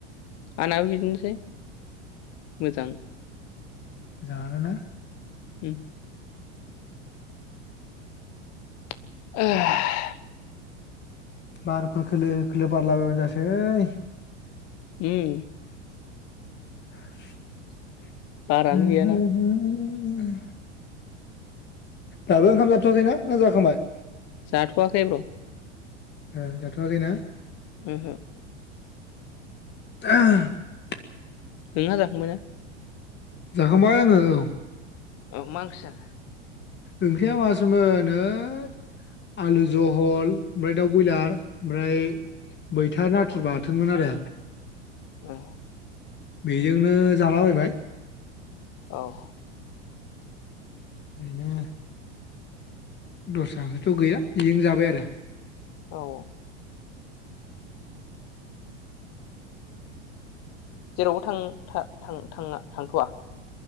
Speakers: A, on the left; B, on the left.
A: आनाबो बिदिनोसै। मोजां।
B: जानो ना?
A: उम <inaudible>
B: बारफोर खोलो खोलो बारला बायबानो जासै
A: उम
B: <inaudible> <inaudible>
A: बारानो गैयाना
B: नंग दाबो ओंखाम जाथ'वाखैना ना जाखांबाय?
A: जाथवाखै ब्र।
B: ओ जाथ'आखै ना?
A: ओहो।
B: <unintelligible>
A: नोंहा जाखांबाय ना?
B: जाखांबाय आंङो औ।
A: औ मा ओंख्रै जाखो?
B: ओंख्रिया मासोमोन होत आलु जहल, ओमफ्राय दाउ बयलार, ओमफ्राय मैथा नाथुर
A: औ
B: बाथोनमोन आरो
A: औ
B: बेजोंनो जालाबायबाय।
A: औ
B: बेनो दस्रा ओंख्रैथ गैया बेजोंनो जाबाय आरो
A: औ जेरावबो थां-था-थां-थांङा? थांथवा